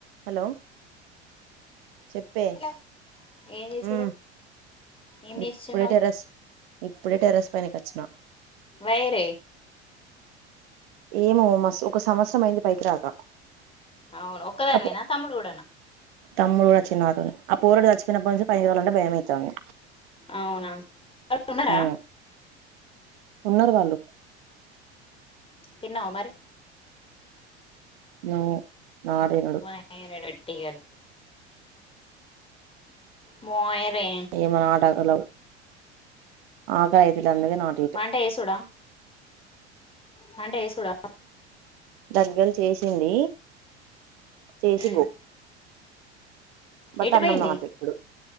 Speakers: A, on the right; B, on the left.
A: Hello చెప్పే
B: hello ఏం చేసుడు
A: ఉ
B: ఏం
A: ఇప్పుడే
B: చేస్తున్నావు
A: టెరస్ ఇప్పుడే టెరస్ పైనకి వచ్చిన
B: వైరే
A: ఏమో మస్త్ ఒక సంవత్సరం అయింది పైకి రాక
B: అవును ఒక్కదానివేన
A: అప్పు
B: తమ్ముడు కూడానా
A: తమ్ముడు కూడా అచిండు నాతోనే ఆ పోరోడు సచిపోయినప్పుడు నుంచి పైకి పోవాలంటేనే భయమైతాంది
B: అవునా వాళ్ళు ఉన్నారా
A: హు ఉన్నరు వాళ్ళు
B: తిన్నావ మరి
A: నో నాట్ తినడు
B: నేరడటిగాల్ <unintelligible> మొయిరే
A: ఏమి నాటకలు ఆకయితులు అందుకే నాట
B: కాంట ఏసుూడా కాంట ఏసుూడా
A: దగ్గలు చేసింది చేసి
B: ఉమ్
A: గో బట్
B: ఎటు
A: అన్నం
B: పోయింది
A: నాట్ ఇప్పుడు